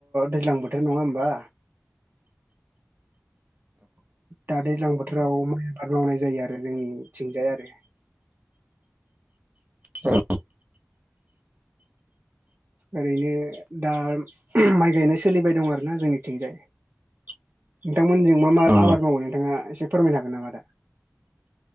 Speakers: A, on the right; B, on the right.
A: दैज्लां बोथोर नङा होमबा दा दैज्लां बोथोराव माइ आबाद मावनाय जायो आरो जोंनिथिंजाय आरो।
B: औ।
A: ओरैनो दा माइ गायनाय सोलिबाय दं आरोना जोंनिथिंजाय
B: <inaudible>
A: नोंथांमोनजों मा मा
B: अ
A: आबाद मावगोन नोंथाङा एसे फोरमायनो हागोन नामा आ दा